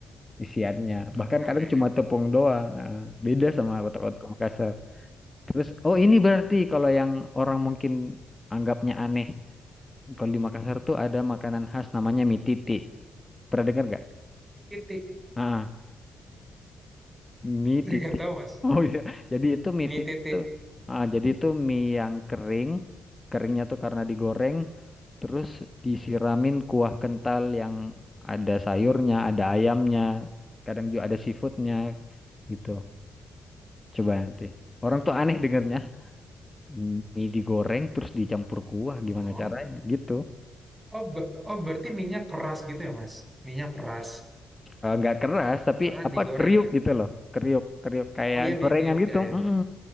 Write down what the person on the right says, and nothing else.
Kan
ya.
Mie titik.
<laughs>
Gak tahu mas.
Mie
titik.
Oh,
oh, be- oh berarti minyak keras gitu ya mas? Minyak keras.
Karena
digoreng
kan?
Oh iya
Miki Yogya
ya
benar.